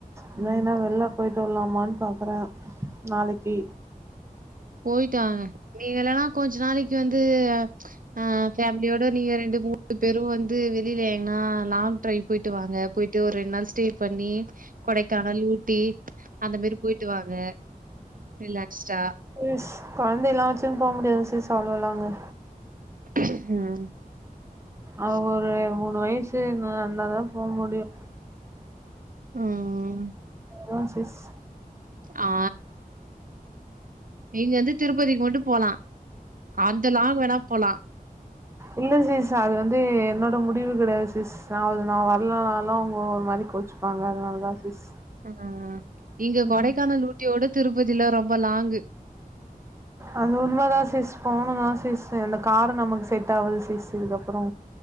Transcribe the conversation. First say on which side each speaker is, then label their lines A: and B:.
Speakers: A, on the right; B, on the right.
A: அதா
B: ம்
A: எங்னா வெள்ல போய்ட்டு வர்லாமான் பாக்குற நாளைக்கு
B: போயிட்டு வாங்க நீங்க இல்லனா கொஞ்ச நாளைக்கு வந்து ஆ ஃபேமிலியோட நீங்க ரெண்டு மூணு பேரூ வந்து வெளில எங்னா லாங் ட்ரைவ் போய்ட்டு வாங்க போய்ட்டு ஒரு ரெண் நாள் ஸ்டே பண்ணி கொடைக்கானல் ஊட்டி அந்த மாரி போய்ட்டு வாங்க ரிலாக்ஸ்டா
A: இஸ் குழந்தைலா வச்சுன் போ முடியாது சிஸ் அவுளோ லாங்கு
B: ம்
A: அவுள் நேரமு மூணு வயசு இருந்தந்த தா போ முடியு
B: ம்
A: அதா சிஸ்
B: ஆ நீங்க வந்து திருப்பதிக்கு மட்டு போலா அந்த லாங் வேணா போலா
A: இல்ல சிஸ் அது வந்து என்னோட முடிவு கெடையாது சிஸ் ச வுது நா வரலனாலு அவுங்க ஒரு மாரி கோச்சுப்பாங்க அதனாலதா சிஸ்
B: ஆ இங்க கொடைக்கானல்
A: ம்
B: ஊட்டியோட திருப்பதில ரொம்ப லாங்கு
A: அது உண்ம தா சிஸ் போணுதா சிஸ் அந்த காரு நமக்கு செட் ஆவாது சிஸ் இதுக்கப்பறோ